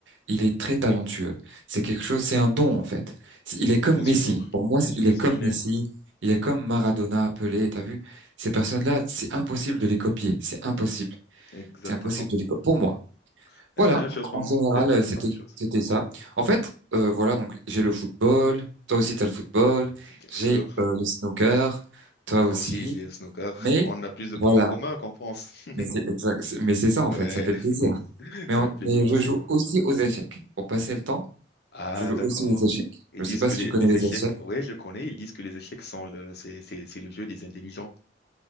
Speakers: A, on the right; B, on the left.
A: il est très talentueux. C'est quelque chose, c'est un don, en fait. C'est- Il est
B: Bien
A: comme Messi.
B: sûr,
A: Pour moi,
B: bien
A: c'est-
B: sûr,
A: il est
B: Ciné,
A: comme Messi. Il est comme Maradona, Pelé. T'as vu? Ces personnes-là, c'est impossible de les copier. C'est impossible.
B: exactement.
A: C'est impossible de les copier.
B: Exactement.
A: Pour moi.
B: Et
A: Voilà.
B: C'est la même
A: Donc,
B: chose pour
A: en
B: moi.
A: général,
B: Je, je
A: euh,
B: pense
A: c'était,
B: la même chose.
A: c'était ça. En fait, euh, voilà. Donc, j'ai le football. Toi aussi, t'as le football.
B: bien sûr.
A: J'ai, euh, le snooker. Toi
B: Moi
A: aussi.
B: aussi, j'ai le snooker.
A: Mais,
B: On a plus de points
A: voilà.
B: en commun qu'on pense. <laughs>
A: Mais c'est exact- c'est- mais c'est ça, en
B: Ouais,
A: fait. Ça fait
B: <laughs>
A: plaisir. Mais,
B: ça
A: on-
B: fait plaisir
A: mais
B: aussi.
A: je joue
B: pour
A: aussi
B: lui.
A: aux échecs. Pour passer le temps,
B: Ah,
A: je joue
B: d'accord.
A: aussi aux échecs.
B: Ils
A: Je sais
B: disent
A: pas
B: que
A: si
B: les,
A: tu connais
B: les
A: les
B: échecs,
A: échecs.
B: ouais, je connais, ils disent que les échecs sont le, c'est, c'est, c'est le jeu des intelligents.